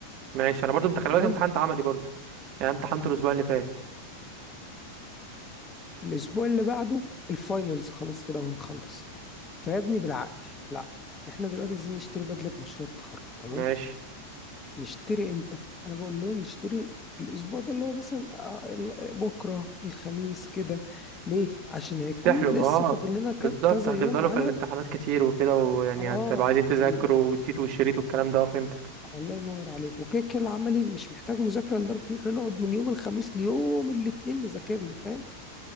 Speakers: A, on the right; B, on the left.
A: ماشي انا برضو انت خلي
B: تمام
A: بالك امتحنت عملي برضو يعني امتحنته الاسبوع اللي فات
B: الاسبوع اللي بعده الفاينلز خلاص كده وهنخلص فيا ابني بالعقل لا احنا دلوقتي عايزين نشتري بدله مشروع التخرج تمام
A: ماشي
B: نشتري امتى انا بقول لهم نشتري الاسبوع ده اللي هو مثلا آه، ال- بكره الخميس كده ليه عشان هيكون
A: سحلو
B: لسه
A: اه
B: فاضل لنا ك-
A: بالظبط
B: كذا
A: هتفضلوا
B: يوم على
A: في الامتحانات كتير وكده ويعني
B: اه
A: هتبقى عايزين تذاكروا
B: و-
A: والتيت والشريط والكلام ده آه، فهمتك
B: الله ينور عليك وكده كده العملي مش محتاج مذاكره لدرجه ان احنا نقعد من يوم الخميس ليوم الاثنين نذاكر له فاهم